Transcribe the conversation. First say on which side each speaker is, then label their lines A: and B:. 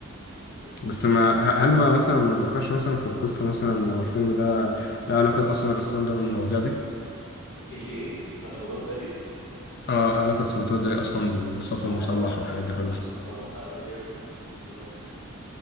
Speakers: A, on the left (about 85°); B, on the left (about 45°).
A: بالظبط
B: بس ما ه- هل ما مثلا ما اتذكرش مثلا في القصه مثلا او الفيلم ده ايه علاقه اصلا الرسام ده بالمواضيع دي
A: الايه سلفادور دالي
B: اه ايه علاقه سلفادور دالي اصلا بالسطو
A: مش عارف
B: المسلح
A: اه هما
B: والحاجات
A: كانوا
B: دي كلها
A: ذكروها قبل كده بس انا مش متذكر